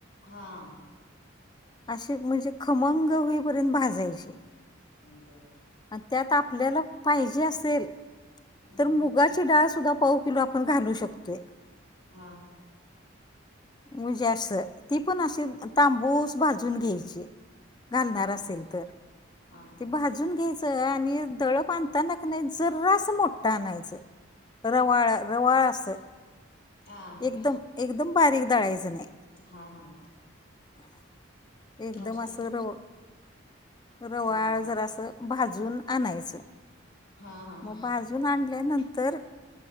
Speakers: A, on the left (about 85°); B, on the left (about 20°).
A: हां.
B: अशीच म्हणजे खमंग होईपर्यंत भाजायचे.
A: ह् बरं.
B: अन त्यात आपल्याला पाहिजे असेल
A: हा
B: तर मुगाची डाळ सुद्धा पाव किलो आपण घालू शकतोय.
A: हा.
B: म्हणजे अस ती पण अशी तांबूस भाजून घ्यायची. घालणार
A: हा
B: असेल तर.
A: हा
B: की भाजुन भाजून घ्यायचं आणि दळण आणताना का नाही जर्रास मोठ आणायचं. रवाळा रवाळा अस.
A: हा.
B: एकदम एकदम बारीक दळायचं नाही.
A: हा हा.
B: ऐकदम
A: पाऊस आला
B: असं
A: का बघ
B: रव रवाळ
A: हा
B: जरा असं भाजून आणायचं.
A: हा हा
B: मग भाजून आणल्यानंतर